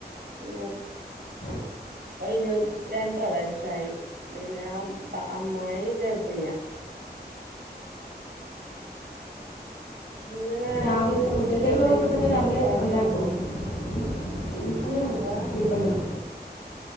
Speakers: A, on the right (about 65°); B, on the left (about 65°).
A: ഏ
B: ഉ
A: അയിന് രണ്ടര വയസ്സായി പിന്നെ അ അമ്മായി ഗർഭിണിയ നിങ്ങളെ
B: രാവിലത്തെ
A: ഹസ്ബന്ഡ്
B: ഉച്ചത്തേക്കുള്ളതൊക്കെ
A: എന്ത ചെയ്യുന്നു
B: തന്നെ രാവിലെ
A: ഭർത്താവ്
B: ഉണ്ടാക്കും ഉം. ഇതിന്
A: ആഹ
B: കുരിപ്പണിയാണ്